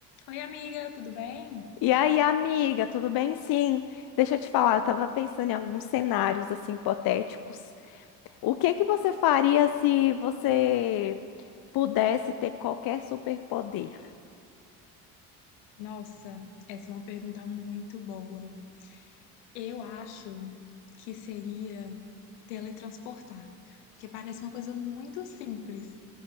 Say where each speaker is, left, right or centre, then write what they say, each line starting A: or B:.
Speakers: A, on the left; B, on the left.
A: Oi, amiga, tudo bem?
B: E aí, amiga, tudo bem? Sim. Deixa eu te falar, eu tava pensando em alguns cenários assim hipotéticos. O que que você faria se você pudesse ter qualquer superpoder?
A: Nossa, essa é uma pergunta muito boa. Eu acho que seria teletransportar, porque parece uma coisa muito simples,